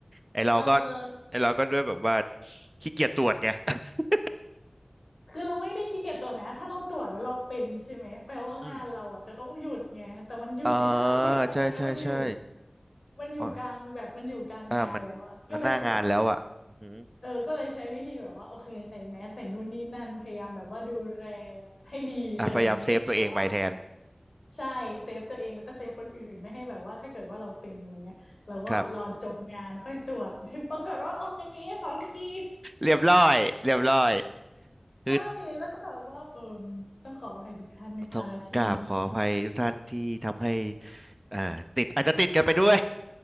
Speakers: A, on the right (about 25°); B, on the left (about 85°).
A: ไอเราก็
B: เออ
A: ไอเราก็ด้วยแบบว่าขี้เกียจตรวจไง <laughs>
B: คือเราไม่ได้ขี้เกียจตรวจนะถ้าเราตรวจแล้วเราเป็นใช่ไหม แปลว่างานเราอ่ะจะต้องหยุดไง
A: อืม
B: แต่มันหยุดไม่ได้แล้วว่าตอนนั้นมันอยู่
A: เออใช่ใช่ใช่
B: มันอยู่กลางแบบมันอยู่กลางงานแล้วอ่ะก็เลยคือแบบ
A: อ๋ออ่ามันมันหน้างานแล้วอ่ะอือหือ
B: เออก็เลยใช้วิธีแบบว่าโอเคใส่แมสใส่นู่นนี่นั่น พยายามแบบว่าดูแลให้ดีอะไรอย่างนี้แต่ว่า
A: อ่ะพยายามเซฟตัวเองไปแทน
B: ใช่เซฟตัวเองแล้วก็เซฟคนอื่นไม่ให้แบบว่าถ้าเกิดว่าเราเป็นอะไรเงี้ยเราก็รอจบงานค่อยตรวจ
A: ครับ
B: <laughs> ปรากฏว่าโอเคสองขีด
A: เรียบร้อยเรียบร้อยคือ
B: ใช่แล้วก็แบบว่าเออต้องขออภัยทุกท่านนะคะที่
A: ต้องกราบขออภัยทุกท่านที่ทำให้อ่าติดอาจจะติดกันไปด้วย